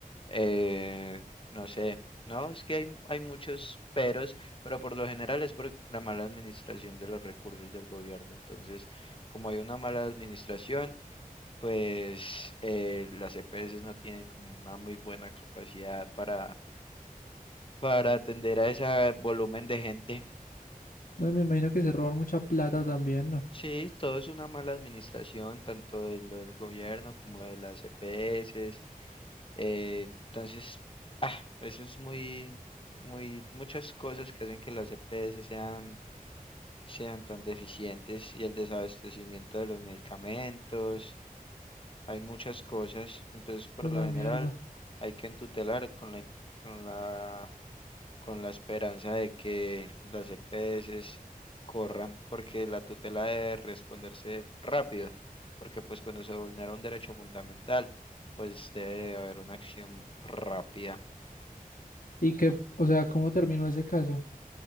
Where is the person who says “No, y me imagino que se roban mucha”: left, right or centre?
Left